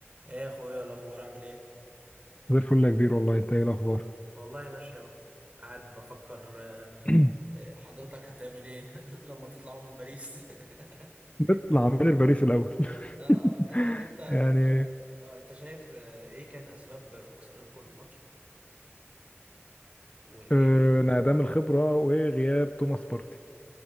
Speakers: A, on the right; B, on the left.
A: ايه يا اخويا الاخبار عامل ايه
B: زي الفل يا كبير والله انت ايه الاخبار
A: والله ماشي اهو قاعد بفكر آه،
B: <clears throat>
A: آه، حضرتك هتعمل ايه <laughs> لما تطلعوا من باريس <laughs>
B: نطلع من الباريس الاول
A: اه اه انت
B: <laughs>
A: انت
B: يعني
A: اه انت شايف آه، ايه كان اسباب خسارتكم الماتش وايه
B: آه، انعدام الخبره وغياب توماس بارتي